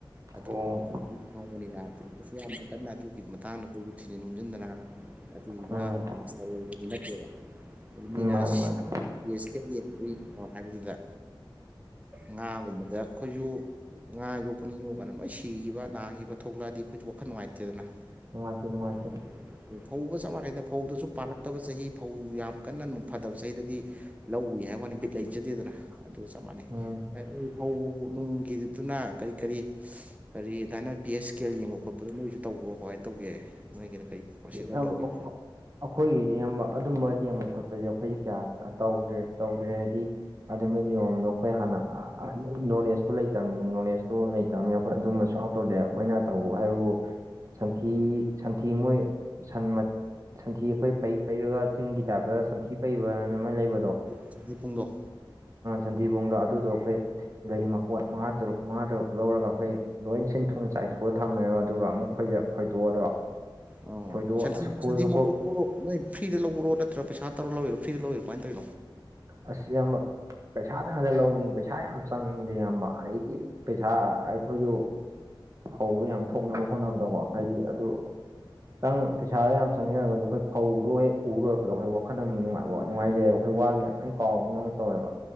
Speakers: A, on the right; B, on the right.
A: ꯑꯗꯨ
B: ꯑꯣ
A: <unintelligible> ꯌꯥꯝ ꯀꯅꯥ ꯑꯗꯨꯒꯤ ꯇꯥꯡꯅꯈꯣꯏꯁꯨ ꯊꯤꯖꯤꯟ ꯅꯣꯝꯖꯤꯟꯗꯅ ꯑꯗꯨꯅ
B: ꯎꯝ
A: ꯃꯥꯁꯇꯔ ꯑꯣꯏꯗꯨꯗꯤ ꯅꯠꯇꯦꯕ <unintelligible>
B: ꯃꯥꯅꯦ ꯃꯥꯅꯦ
A: ꯌꯦꯡꯉꯣ ꯍꯥꯏꯕꯗꯨꯗ ꯉꯥꯒꯨꯝꯕꯗ ꯑꯈꯣꯏꯁꯨ ꯉꯥ ꯌꯣꯛꯄꯅꯤ ꯌꯣꯛꯒꯅ ꯅꯣꯏ ꯁꯤꯈꯤꯕ ꯅꯥꯈꯤꯕ ꯊꯣꯛꯂꯛꯑꯗꯤ ꯑꯈꯣꯏꯁꯨ ꯋꯥꯈꯜ ꯅꯨꯡꯉꯥꯏꯇꯦꯗꯅ꯫ <unintelligible>
B: ꯅꯨꯡꯉꯥꯏꯇꯦ ꯅꯨꯡꯉꯥꯏꯇꯦ
A: ꯐꯧꯕ ꯆꯞ ꯃꯥꯟꯅꯩꯗ ꯐꯧꯗꯁꯨ ꯄꯥꯜꯂꯛꯇꯕ ꯆꯍꯤ ꯐꯧ ꯌꯥꯝ ꯀꯟꯅ ꯐꯗꯕ ꯆꯍꯤꯗꯗꯤ ꯂꯧ ꯎꯏ ꯍꯥꯏꯕ ꯋꯥꯅꯤ ꯕꯤꯠ ꯂꯩꯖꯗꯦꯗꯅ ꯑꯗꯨꯒ ꯆꯞ ꯃꯥꯟꯅꯩ꯫
B: ꯎꯝ
A: ꯑꯩꯈꯣꯏ ꯐꯧ ꯅꯨꯡꯒꯤꯗꯨꯅ ꯀꯔꯤ ꯀꯔꯤ ꯀꯔꯤꯗꯥꯅ ꯄꯤ ꯑꯦꯁ ꯀꯦ ꯑꯦꯜ ꯌꯦꯡꯕ ꯈꯣꯠꯄꯗ ꯅꯣꯏꯁꯨ ꯇꯧꯕ꯭ꯔꯣ ꯀꯃꯥꯏꯅ ꯇꯧꯒꯦ ꯅꯣꯏꯒꯤꯅ ꯀꯔꯤ ꯄ꯭ꯔꯣꯁꯤꯗꯔ
B: ꯌꯥꯝ
A: ꯇꯧꯒꯦ
B: <unintelligible> ꯑꯈꯣꯏꯒꯤꯁꯦ ꯑꯌꯥꯝꯕ ꯑꯗꯨꯝꯕ ꯌꯦꯡꯕ ꯈꯣꯠꯄꯁꯦ ꯑꯈꯣꯏꯁꯦ ꯀꯌꯥ ꯇꯧꯗ꯭ꯔꯦ ꯇꯧꯗ꯭ꯔꯦ ꯍꯥꯏꯕꯗꯤ ꯑꯗꯨꯃꯥꯏ ꯅꯤꯌꯣꯝꯗꯣ ꯑꯈꯣꯏ ꯍꯥꯟꯅ ꯅꯣꯂꯦꯖꯇꯨ ꯂꯩꯇꯕꯅꯤꯅ ꯅꯣꯂꯦꯖꯇꯨ ꯂꯩꯇꯕꯅꯤꯅ ꯑꯈꯣꯏ ꯑꯗꯨꯝꯕꯁꯨ ꯇꯧꯗꯦ ꯑꯈꯣꯏꯅ ꯇꯧꯕ ꯍꯥꯏꯕꯕꯨ ꯁꯊꯤ ꯁ ꯁꯟꯊꯤ ꯃꯣꯏꯟ ꯁꯟꯊꯤ ꯑꯈꯣꯏ ꯄꯩ ꯄꯩꯔꯒ ꯆꯤꯡꯒꯤ ꯇꯥꯏꯞꯇ ꯁꯟꯊꯤ ꯀꯩꯕ ꯑꯗꯨꯃꯥꯏꯅ ꯂꯩꯕꯗꯣ
A: ꯁꯟꯊꯤ ꯄꯨꯡꯗꯣ
B: ꯁꯟꯊꯤꯕꯨꯡꯗꯣ ꯑꯗꯨꯗꯣ ꯑꯈꯣꯏ ꯒꯥꯔꯤ ꯃꯄꯣꯠ ꯃꯉꯥ ꯇꯔꯨꯛ ꯃꯉꯥ ꯇꯔꯨꯛ ꯂꯧꯔꯒ ꯑꯈꯣꯏ ꯂꯣꯏ ꯁꯤꯟ ꯊꯨꯝ ꯆꯥꯏꯊꯣꯛꯑꯒ ꯊꯝꯃꯦꯕ ꯑꯗꯨꯒ ꯑꯃꯨꯛ ꯑꯈꯣꯏꯁꯦ ꯈꯣꯏꯗꯣꯛꯑꯗ꯭ꯔꯣ
A: ꯑꯣ
B: ꯈꯣꯏꯗꯣꯛ
A: ꯁꯟꯊꯤ
B: ꯑꯁ ꯈꯣꯏꯕ
A: ꯁꯟꯊꯤ ꯃꯕꯣꯠꯇꯣ ꯅꯣꯏ ꯐ꯭ꯔꯤꯗ ꯂꯧꯕꯔꯣ ꯅꯠꯇ꯭ꯔ ꯄꯩꯁꯥ ꯇꯧꯔ ꯂꯧꯔꯤꯔꯣ ꯐ꯭ꯔꯤꯗ ꯂꯧꯔꯤꯔꯣ ꯀꯃꯥꯏ ꯇꯧꯏ?
B: ꯑꯁ ꯏꯌꯥꯝꯕ ꯄꯩꯁꯥꯗꯅꯗ ꯂꯧꯏ ꯄꯩꯁꯥ ꯌꯥꯝ ꯆꯪꯉꯤꯗ ꯏꯌꯥꯝꯕ꯫ ꯑꯩꯗꯤ ꯄꯩꯁꯥ ꯑꯩꯈꯣꯏꯁꯨ ꯐꯩꯗꯨ ꯌꯥꯝ ꯊꯣꯛꯅꯕ ꯍꯣꯠꯅꯕꯗꯀꯣ ꯍꯥꯏꯗꯤ ꯑꯗꯨ ꯈꯤꯇꯪ ꯄꯩꯁꯥꯗ ꯌꯥꯝ ꯆꯪꯁꯤꯖꯔꯒꯁꯨ ꯑꯩꯈꯣꯏ ꯐꯧꯗꯣ ꯍꯦꯛ ꯎꯕ ꯂꯣꯏꯔꯛꯄꯗꯥ ꯑꯈꯣꯏ ꯑꯝ ꯅꯨꯉꯥꯏꯖꯩꯑꯕ꯫ ꯂꯣꯢ ꯀꯥꯎꯕꯗꯧꯅ ꯇꯧꯋꯦꯕ